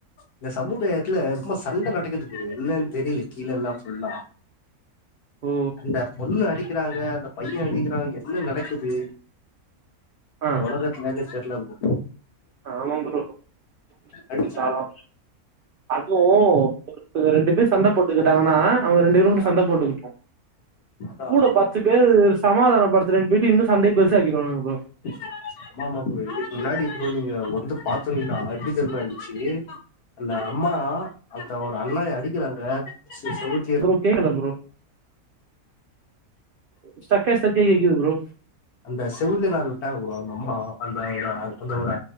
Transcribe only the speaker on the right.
ஓ
ஆ
ஆமா ப்ரோ பூச்சி
காலோ அதுவு ஒருத்தக ரெண்டு பேர் சண்ட போட்டுக்கிட்டாங்கன்னா அவங்க ரெண்டு பேரு னுடு
சண்ட போட்டுக்கிட்டு
கூட பத்து பேர் சமாதான படுத்றேன்னு பேயிட்டு இன்னும் சண்டய பெருசா ஆக்கிருவானுங்க போல
ப்ரோ கேக்கல ப்ரோ ஸ்ட்ரக் ஸட்ரகாயி கேகுது ப்ரோ